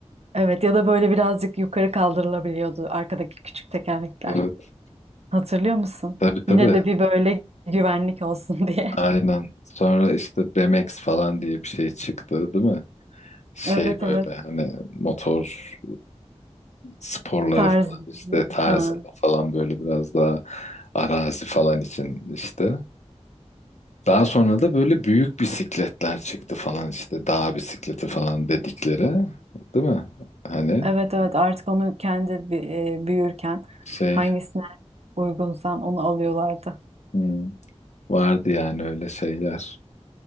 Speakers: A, on the right (about 65°); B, on the left (about 80°).
A: Evet ya da böyle birazcık yukarı kaldırılabiliyordu arkadaki küçük tekerlekler.
B: Evet.
A: Hatırlıyor musun?
B: Tabii tabii.
A: Yine de bir böyle güvenlik olsun <laughs> diye.
B: Aynen. Sonra işte BMX falan diye bir şey çıktı değil mi? Şey
A: Evet
B: böyle
A: evet.
B: hani motor sporları
A: Tarz.
B: falan işte tarzında
A: Ha.
B: falan böyle biraz daha arazi falan için işte. Daha sonra da böyle büyük bisikletler çıktı falan işte dağ bisikleti falan dedikleri değil mi? Hani
A: Evet evet artık onu kendi bi- e, büyürken
B: şey
A: hangisine uygunsan onu alıyorlardı.
B: hmm, vardı yani öyle şeyler